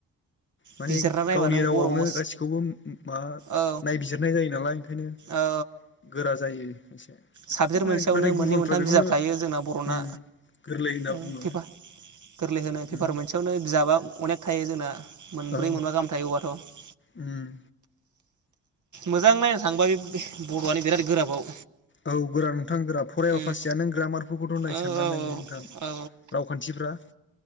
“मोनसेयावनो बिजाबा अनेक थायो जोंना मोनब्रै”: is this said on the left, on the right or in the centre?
Right